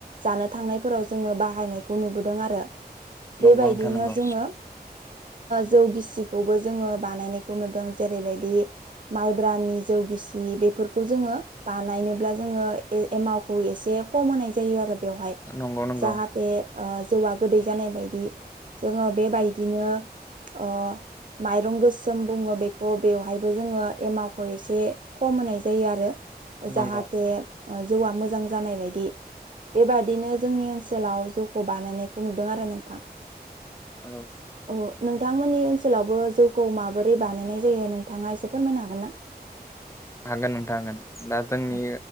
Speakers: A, on the right; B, on the left.
A: जानो थांनायफोराव जोङो बाहायनायखौ नुबोदों आरो
B: नंगौ
A: बेबायदियैनो
B: नोंथां नंगौ
A: जोङो जौ गिसिखौबो जोङो बानायनायखौ नुदों जेरैबायदि माइब्रानि जौगिसि बेफोर बेखौ जोङो बानायनोब्ल जोङो एमखौ एसे खम होनाय जायो आरो बेवहाय
B: नंगौ नंगौ
A: जाहाथे जौआ गोदै जानाय बायदि। जोङो बेबायदिनो ओ। माइरं गोसोम बुङो बेखौ बेवहायबो जोङो एमावखौ एसे खम होनाय ज जायो आरो
B: नंगौ
A: जाहाथे
B: नंगौ
A: जौआ मोजां जानाय बायदि। बेबादिनो
B: नंगौ
A: जोंनि ओनसोलाव जौखौ बानायनायखौ नुदों आरो नोंथां।
B: औ
A: औ नोंथांमोननि ओनसोलावबो जौखौ माबोरै बानायनाय जायो नोंथाङा एसे फोरमायनो हागोन ना।
B: हागोन नोंथा हागोन दा जोंनि
A: औ